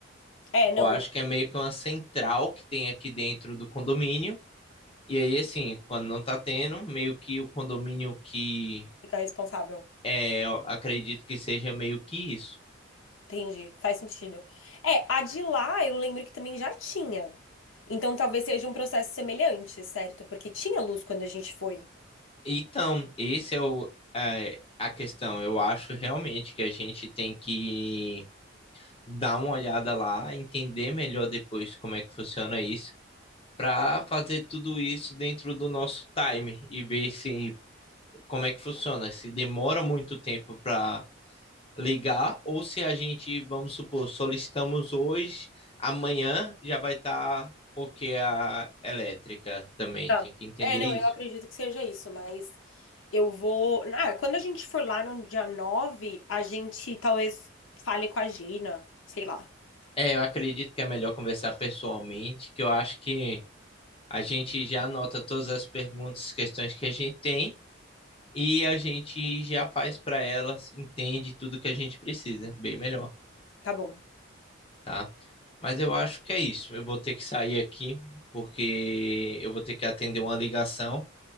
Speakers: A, on the left (about 80°); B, on the left (about 30°).
A: É,
B: Eu
A: não,
B: acho
A: então
B: que é meio que uma central que tem aqui dentro do condomínio. E aí, assim, quando não tá tendo, meio que o condomínio que
A: fica responsável.
B: é, eu acredito que seja meio que isso.
A: Entendi, faz sentido. É, a de lá eu lembro que também já tinha. Então talvez seja um processo semelhante, certo? Porque tinha luz quando a gente foi.
B: Então, esse é o, é, a questão. Eu acho realmente que a gente tem que dar uma olhada lá, entender melhor depois como é que funciona isso. para fazer tudo isso dentro do nosso time e ver se como é que funciona, se demora muito tempo para ligar ou se a gente, vamos supor, solicitamos hoje, amanhã já vai estar ok a elétrica também,
A: Tá.
B: tem que entender
A: É, não,
B: isso.
A: eu acredito que seja isso, mas eu vou. Ah, quando a gente for lá no dia 9, a gente talvez fale com a Gina, sei lá.
B: É, eu acredito que é melhor conversar pessoalmente, que eu acho que a gente já anota todas as perguntas, questões que a gente tem e a gente já faz para elas, entende tudo que a gente precisa, bem melhor.
A: Tá bom.
B: tá? Mas eu acho que é isso. Eu vou ter que sair aqui porque eu vou ter que atender uma ligação,